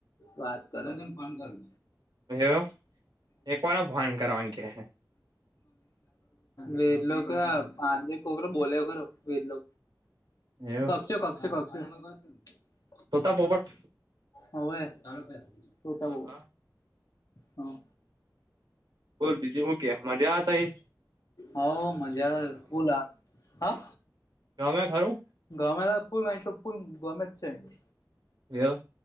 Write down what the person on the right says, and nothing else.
હેલો, એ કોને ફોન કરવાનું કે હે?
એવું
તોતા પોપટ
હા
હા
બોલ, બીજું હુ કે, મજામાં તહીં?
ગમેં ખરું?
વ્યો